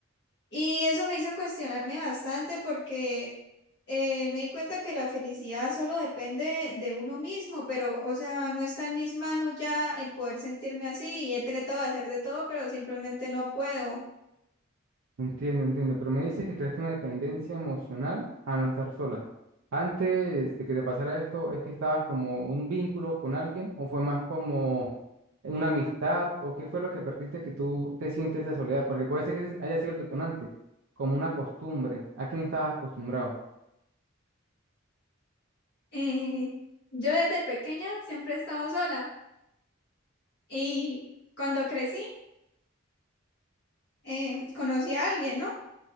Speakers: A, on the left; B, on the right.
A: Y eso me hizo cuestionarme bastante porque eh, me di cuenta que la felicidad solo depende de uno mismo, pero, o sea, no está en mis manos ya el poder sentirme así y he tratado de hacer de todo, pero simplemente no puedo.
B: Entiendo, entiendo, pero me dice que creaste una dependencia emocional a no estar sola. Antes de que te pasara esto, ¿es que estabas como un vínculo con alguien o fue más como una amistad o qué fue lo que perdiste que tú te sientes esa soledad? Porque puede ser que ese haya sido el detonante, como una costumbre, a quién estabas acostumbrado.
A: Eh, yo desde pequeña siempre he estado sola y cuando crecí eh, conocí a alguien, ¿no?